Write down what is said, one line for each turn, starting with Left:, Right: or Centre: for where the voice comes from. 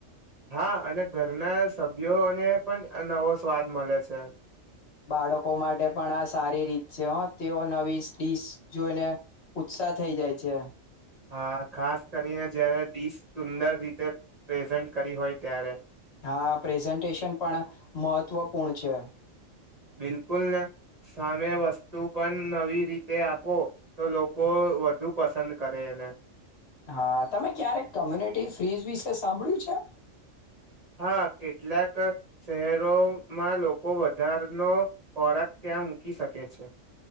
Right: હા અને ઘરના સભ્યોને પણ નવો સ્વાદ મળે છે
Left: બાળકો માટે પણ આ સારી રીત છે તેઓ નવી ડીશ જોઈને ઉત્સાહ થઈ જાય છે
Right: હા ખાસ કરીને જારે ડીશ સુંદર રીતે પ્રેઝન્ટ કરી હોય ત્યારે
Left: હા પ્રેઝન્ટેશન પણ મહત્વપૂર્ણ છે
Right: બિલકુલ ને સામે વસ્તુ પણ નવી રીતે આપો તો લોકો વધુ પસંદ કરે એને
Left: હા તમે ક્યારેક કોમ્યુનિટી ફ્રીઝ વિશે સાંભળ્યું છે
Right: હા કેટલાક શહેરોમાં લોકો વધારાનો ખોરાક ત્યાં મૂકી શકે છે